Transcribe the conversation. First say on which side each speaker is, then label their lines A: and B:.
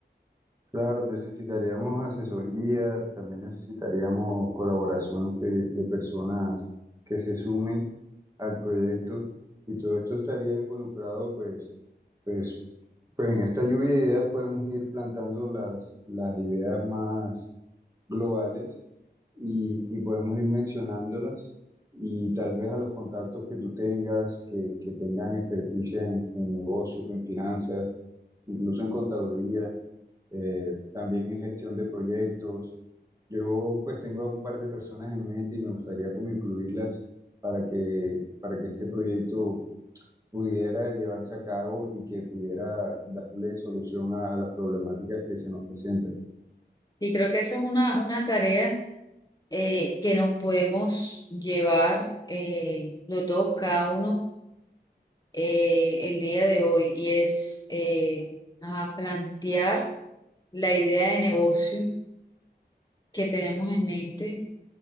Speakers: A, on the right (about 20°); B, on the left (about 20°).
A: Claro, necesitaríamos asesoría, también necesitaríamos colaboración de, de personas que se sumen al proyecto y todo esto estaría involucrado, pues, pues, pues en esta lluvia de ideas podemos ir plantando las, las ideas más globales y, y podemos ir mencionándolas y tal vez a los contactos que tú tengas, que, que tengan experticia en, en negocios, en finanzas, incluso en contaduría eh, también en gestión de proyectos. Yo pues tengo a un par de personas en mente y me gustaría como incluirlas para que, para que este proyecto pudiera llevarse a cabo y que pudiera darle solución a, las problemáticas que se nos presentan.
B: Y creo que esa es una, una tarea eh, que nos podemos llevar eh, los dos, cada uno eh, el día de hoy y es eh, ajá, plantear la idea de negocio que tenemos en mente,